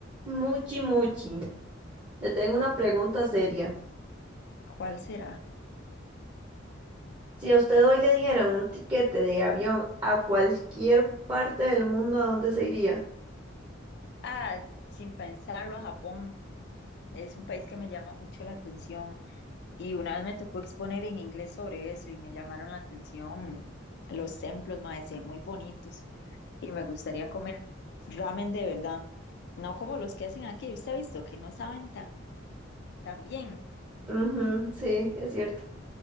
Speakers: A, on the right (about 20°); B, on the left (about 60°).
A: Muchi, muchi, le tengo una pregunta seria.
B: ¿Cuál será?
A: Si a usted hoy le dieran un tiquete de avión a cualquier parte del mundo, ¿a dónde se iría?
B: Ah, sin pensarlo, a Japón. Es un país que me llama mucho la atención y una vez me tocó exponer en inglés sobre eso y me llamaron la atención los templos, mae, se ven muy bonitos y me gustaría comer ramen de verdad, no como los que hacen aquí, usted ha visto que no saben tan, tan bien
A: Ujú, sí, es cierto.